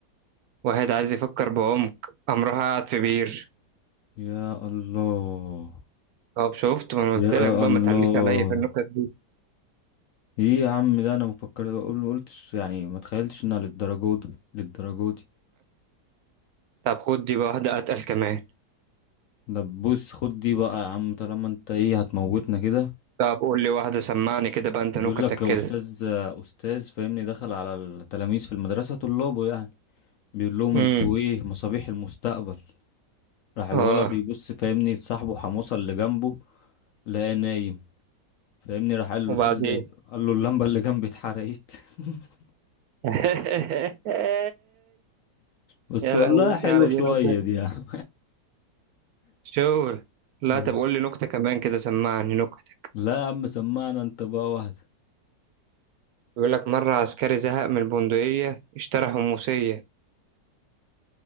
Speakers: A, on the right; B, on the left.
A: واحد عايز يفكر بعمق قام راح قاعد في بير
B: يا الله
A: طب شفت ما انا
B: يا
A: قلت لك بقى
B: الله
A: ما تعليش عليا في النكت دي
B: ايه يا عم ده انا ما فكرت اقول قلتش يعني ما تخيلتش انها للدرجه دي للدرجه دي
A: طب خد دي بقى واحدة اتقل كمان
B: ده بص خد دي بقى يا عم طالما انت ايه هتموتنا كده
A: طب قول لي واحدة سمعني كده بقى انت
B: بيقول
A: نكتك
B: لك يا
A: كده
B: استاذ استاذ فاهمني دخل على التلاميذ في المدرسه طلابه يعني بيقول لهم
A: امم
B: انتوا ايه مصابيح المستقبل راح الولد
A: اه
B: بيبص فاهمني لصاحبه حموصه اللي جنبه لقاه نايم فاهمني راح قال
A: وبعدين
B: له استاذ إيه؟ قال له اللمبه اللي جنبي اتحرقت <laughs>
A: <laughs>
B: بس
A: يا
B: والله
A: لهوتي
B: حلوه
A: على دي
B: شويه
A: نكت
B: دي يا عم
A: شغل لا
B: <laughs>
A: طب قول لي نكتة كمان كده سمعني نكتة
B: لا يا عم سمعنا انت بقى واحده
A: بيقول لك مرة عسكري زهق من البندقية اشترى حموسية